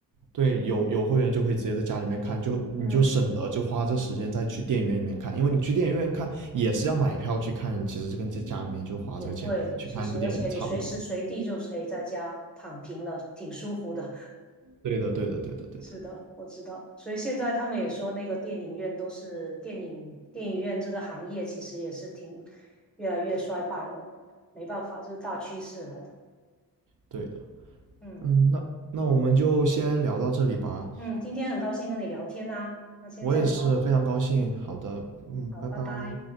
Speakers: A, on the right; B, in the centre.
A: 对，有有会员就可以直接在家里面看，就你就省得就花这时间再去电影院里面看，
B: 嗯，
A: 因为你去电影院看也是要买票去看，其实这跟在家里面就花这个钱去看一部电影差不多。
B: 也对，其实而且你随时随地就可以在家躺平了，挺舒服的。
A: 对的，对的，对的，
B: <laughs>
A: 对的，
B: 是的，我知道。所以现在他们也说，那个电影院都是电影电影院这个行业其实也是挺越来越衰败了，没办法，这是大趋势来的。
A: 对的。
B: 嗯。
A: 嗯，那那我们就先聊到这里吧。
B: 嗯，今天很高兴跟你聊天呐、那先这样吧，
A: 我也是非常高兴。好的，嗯，
B: 好，
A: 拜拜。
B: 拜拜。